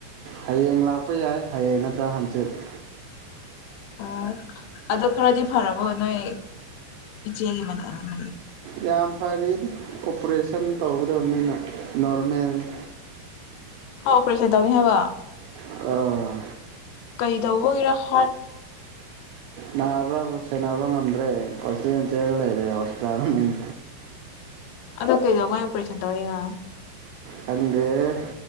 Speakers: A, on the right; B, on the left.
A: ꯍꯌꯦꯡ ꯂꯥꯛꯄ ꯌꯥꯏ ꯍꯌꯦꯡ ꯇꯥ ꯍꯟꯖꯤꯜ <inaudible>
B: ꯑꯣ ꯑꯗꯨ ꯈꯔꯗꯤ ꯐꯔꯕꯣ ꯅꯣꯏ ꯏꯆꯦꯒꯤ ꯃꯇꯥ ꯎꯝ
A: ꯌꯥꯝ ꯐꯔꯤ ꯑꯣꯄꯔꯦꯁꯟ ꯇꯧꯒꯗꯕꯅꯤꯅ ꯅꯣꯔꯃꯦꯜꯅꯤ
B: ꯍ ꯑꯣꯄꯔꯦꯁꯟ ꯇꯧꯅꯤ ꯍꯥꯏꯕ
A: ꯑ
B: ꯀꯩ ꯇꯧꯕꯒꯤꯔ ꯍꯥꯔꯠ
A: ꯅꯥꯕ꯭ꯔꯥꯕꯨ ꯁꯦꯟꯅꯕ ꯉꯝꯗ꯭ꯔꯦ ꯀꯣꯏꯆꯦꯟ ꯆꯦꯂꯒ ꯂꯩꯔꯦ ꯍꯣꯁꯄꯤꯇꯥꯜ ꯃꯅꯨꯡ
B: ꯑꯗꯣ ꯀꯩꯗꯧꯉꯏ ꯑꯣꯄꯣꯔꯦꯁꯟ ꯇꯧꯔꯦꯒ
A: ꯈꯪꯗꯦ